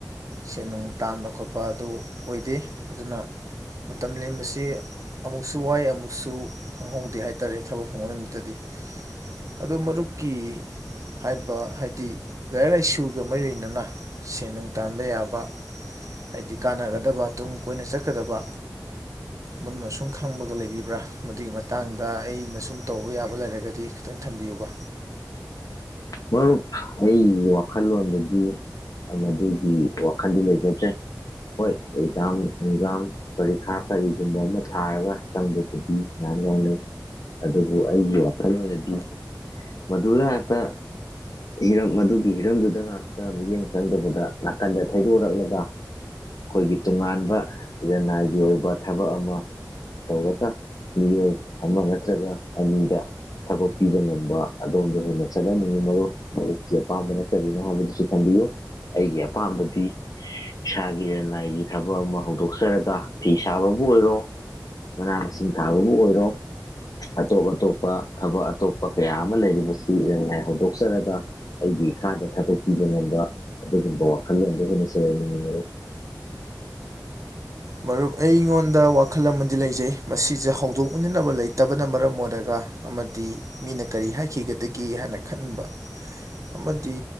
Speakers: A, on the right; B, on the left.
A: ꯁꯦꯟ ꯅꯨꯡ ꯇꯥꯅ ꯈꯣꯠꯄ ꯑꯗꯨ ꯑꯣꯏꯗꯦ ꯑꯗꯨꯅ ꯃꯇꯝ ꯂꯦꯟꯕꯁꯤ ꯑꯃꯨꯛꯁꯨ ꯋꯥꯏ ꯑꯃꯨꯛꯁꯨ ꯈꯪꯍꯧꯗꯦ ꯍꯥꯏ ꯇꯥꯔꯦ ꯊꯕꯛ ꯐꯪꯕ ꯅꯨꯃꯤꯠꯇꯗꯤ ꯑꯗꯨ ꯃꯔꯨꯞꯀꯤ ꯍꯥꯏꯕ ꯍꯥꯏꯗꯤ ꯂꯥꯏꯔꯤꯛ ꯂꯥꯏꯁꯨꯒ ꯃꯔꯤ ꯂꯩꯅꯅ ꯁꯦꯟ ꯅꯨꯡ ꯇꯥꯟꯕ ꯌꯥꯕ ꯍꯥꯏꯗꯤ ꯀꯥꯟꯅꯒꯗꯕ ꯇꯨꯡ ꯀꯣꯏꯅ ꯆꯠꯀꯗꯕ ꯃꯗꯨꯅ ꯁꯨꯝ ꯈꯪꯕꯒ ꯂꯩꯕꯤꯕ꯭ꯔꯥ ꯃꯗꯨꯒꯤ ꯃꯇꯥꯡꯗ ꯑꯩꯅ ꯁꯨꯝ ꯇꯧꯕ ꯌꯥꯕ ꯂꯩꯔꯒꯗꯤ ꯈꯤꯇꯪ ꯊꯝꯕꯤꯌꯨꯕ
B: ꯃꯔꯨꯞ ꯑꯩꯒꯤ ꯋꯥꯈꯜꯂꯣꯟꯗꯗꯤ ꯃꯗꯨꯒꯤ ꯋꯥꯈꯜꯗꯤ ꯂꯩꯖꯗ꯭ꯔꯦ ꯍꯣꯏ ꯑꯦꯛꯖꯥꯝ ꯑꯦꯛꯖꯥꯝ ꯄꯔꯤꯈꯥ ꯀꯔꯤꯒꯨꯝꯕ ꯑꯃ ꯊꯥꯔꯒ ꯆꯪꯕꯕꯨꯗꯤ ꯃꯌꯥꯝ ꯌꯥꯎꯅꯩ ꯑꯗꯨꯕꯨ ꯑꯩꯒꯤ ꯋꯥꯈꯜꯂꯣꯟꯗꯗꯤ ꯃꯗꯨꯗ ꯈꯠꯇ ꯍꯤꯔꯝ ꯑꯗꯨꯒꯤ ꯍꯤꯔꯝꯗꯨꯗ ꯉꯥꯛꯇ ꯃꯤꯠꯌꯦꯡ ꯆꯪꯗꯕꯗ ꯅꯥꯀꯟꯗ ꯊꯩꯗꯣꯔꯛꯂꯒ ꯑꯩꯈꯣꯏꯒꯤ ꯇꯣꯉꯥꯟꯕ ꯂꯅꯥꯏꯒꯤ ꯑꯣꯏꯕ ꯊꯕꯛ ꯑꯃ ꯇꯧꯔꯒ ꯃꯤꯑꯣꯏ ꯑꯃ ꯅꯠꯇ꯭ꯔꯒ ꯑꯅꯤꯗ ꯊꯕꯛ ꯄꯤꯕ ꯉꯝꯕ ꯑꯗꯣꯝꯗ ꯍꯦꯟꯅ ꯆꯠꯍꯟꯅꯤꯡ ꯃꯔꯨꯞ ꯃꯔꯨꯞꯀꯤ ꯑꯄꯥꯝꯕꯅ ꯀꯔꯤꯅꯣ ꯍꯥꯏꯕꯗꯨꯁꯨ ꯊꯝꯕꯤꯌꯨ ꯑꯩꯒꯤ ꯑꯄꯥꯝꯕꯗꯤ ꯏꯁꯥꯒꯤ ꯏꯔꯟꯅꯥꯏꯒꯤ ꯊꯕꯛ ꯑꯃ ꯍꯧꯗꯣꯛꯆꯔꯒ ꯐꯤ ꯁꯥꯕꯕꯨ ꯑꯣꯏꯔꯣ ꯃꯅꯥ ꯃꯁꯤꯡ ꯊꯥꯕꯕꯨ ꯑꯣꯏꯔꯣ ꯑꯇꯣꯞ ꯑꯇꯣꯞꯄ ꯊꯕꯛ ꯑꯇꯣꯞꯄ ꯀꯌꯥ ꯑꯃ ꯂꯩꯔꯤꯕꯁꯤ ꯏꯔꯟ ꯅꯥꯏ ꯍꯧ ꯍꯧꯗꯣꯛꯆꯔꯒ ꯑꯩꯒꯤ ꯏꯈꯥꯗ ꯊꯕꯛ ꯄꯤꯕ ꯉꯝꯕ ꯑꯗꯨꯒꯨꯝꯕ ꯋꯥꯈꯜꯂꯣꯟꯗꯣ ꯍꯦꯟꯅ ꯆꯦꯟꯍꯟ ꯅꯤꯡꯏ ꯃꯔꯨꯞ
A: ꯃꯔꯨꯞ ꯑꯩꯉꯣꯟꯗ ꯋꯥꯈꯜ ꯑꯃꯗꯤ ꯂꯩꯖꯩ ꯃꯁꯤꯁꯦ ꯍꯧꯗꯣꯛꯃꯤꯟꯅꯕ ꯂꯩꯇꯕꯅ ꯃꯔꯝ ꯑꯣꯏꯔꯒ ꯑꯃꯗꯤ ꯃꯤꯅ ꯀꯔꯤ ꯍꯥꯏꯈꯤꯒꯗꯒꯦ ꯍꯥꯏꯅ ꯈꯟꯕ ꯑꯃꯗꯤ